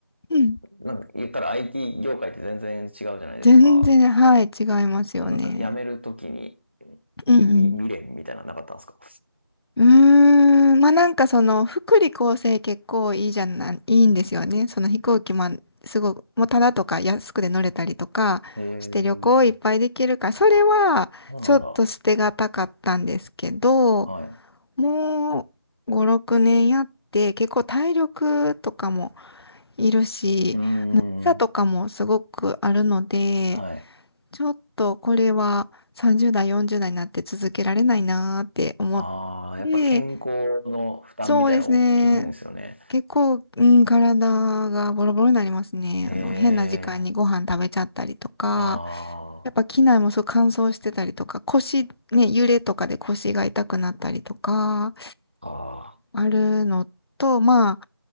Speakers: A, on the left; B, on the right.
A: うん。
B: なんか言ったら IT 業界って全然違うじゃないですか。
A: 全然、はい、違いますよね。
B: そのなんか辞めるときに、み未練みたいなのなかったんですか
A: うんうん。うーん、まあなんかその福利厚生結構いいじゃない、いいんですよね。その飛行機もすごく、もうただとか安くで乗れたりとかして旅行いっぱいできるから、
B: へえ
A: それはちょっと捨てがたかったんですけど、
B: あ、そうなんだ。はい。
A: もう5、6年やって結構体力とかもいるし、
B: うーん。
A: あのビザとかもすごくあるので、
B: はい。
A: ちょっとこれは30代、40代になって続けられないなーって思って、
B: ああ、やっぱ健康の負担みたいなの大きいんですよね。
A: そうですね。結構、うん、体がボロボロになりますね。
B: へえ
A: あの、変な時間にご飯食べちゃったりとか、
B: あ
A: やっぱ機内もそう乾燥してたりとか、腰、ね、揺れとかで腰が痛くなったりとか、
B: あ、あ
A: あるのと、まあ、